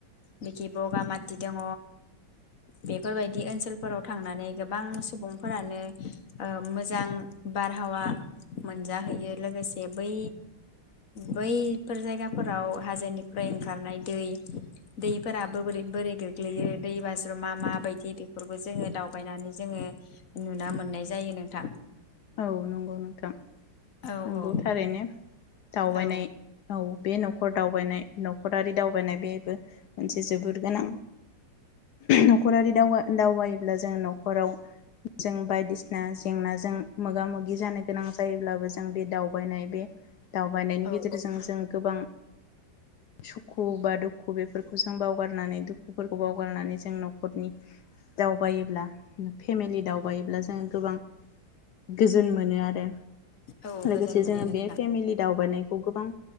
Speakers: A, on the left; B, on the left.
A: बिखि बगामाटि दङ बेफोरबायदि ओनसोलफोराव थांनानै गोबां सुबुं फोरानो ओ मोजां बारहावा मोनजाहैयो लोगोसे बै बैफोर जायगाफोराव हाजोनिफ्राय ओंखारनाय दै दैफोराबो बोरै बोरै गोग्लैयो दै बाज्रुमा माबायदि बेफोरबो जोङो दावबायनानै जोङो नुना मोननाय जायो नोंथां।
B: औ नंगौ नोंथां
A: औ
B: नंगौ
A: औ
B: थारैनो दावबायनाय
A: औ
B: औ बे न नखर दावबायनाय नखरारि दावबायनाय बेबो मोनसे जोबोर गोनां। नखरारि दावगा दावगायो। ब्ला जों न'खराव जों बायदिसिना जेंनाजों मोगा मोगि जानो गोनां जायोब्लाबो जों बे दावबायनाय बे दावबायनायनि
A: औ
B: गेजेरजों जों गोबां सुखु बा दुखु बेफोरखौ जों बावगारनानै दुखुफोरखौ बावगारनानै जों न'ख न'खरनि दावबायोब्ला फेमिलि दावबायोब्ला जों गोबां गोजोन मोनो आरो
A: औ
B: लोगोसे
A: गोजोन मोनो
B: जोङो
A: नोंथां
B: बे फेमिलि दावबायनायखौ गोबां